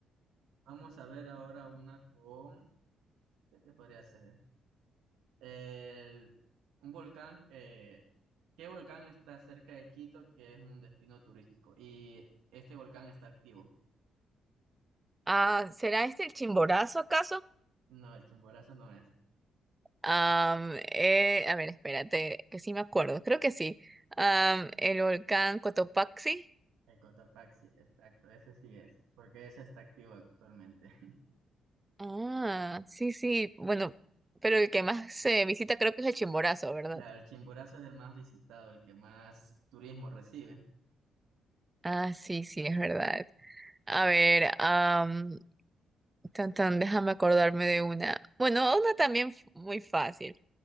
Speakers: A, on the right; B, on the right.
A: vamos a ver ahora una con... ¿Qué te podría hacer? El- un volcán, eh, ¿qué volcán está cerca de Quito que es un destino turístico? Y este volcán está activo.
B: Ah, ¿será este el Chimborazo acaso?
A: No, el Chimborazo no es.
B: Am, eh, a ver, espérate, que sí me acuerdo. Creo que sí. Am, el volcán Cotopaxi.
A: El Cotopaxi, sí, exacto, ese sí es, porque ese está activo actualmente. <laughs>
B: Ah, sí, sí. Bueno, pero el que más se visita creo que es el Chimborazo, ¿verdad?
A: Claro, el Chimborazo es el más visitado, el que más turismo recibe.
B: Ah, sí,
A: Claro.
B: sí, es verdad. A ver, am, tan, tan, déjame acordarme de una. Bueno, una también f- muy fácil.